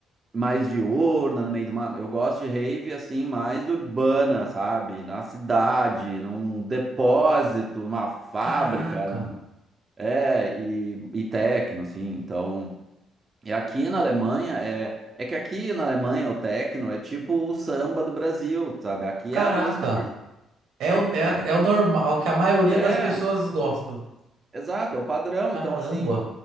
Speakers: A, on the right (about 30°); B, on the right (about 85°).
A: mais diurna, no meio do mato. Eu gosto de rave assim, mais urbana, sabe? Na cidade, num depósito, numa fábrica.
B: Caraca,
A: É, e, e techno, assim. Então, e aqui na Alemanha é. É que aqui na Alemanha o techno é tipo o samba do Brasil, sabe? Aqui
B: caraca.
A: é a música.
B: É o, é,
A: É,
B: a- é o normal, é o que a maioria
A: é,
B: das pessoas gostam.
A: exato, é o padrão.
B: Caramba.
A: Então, assim,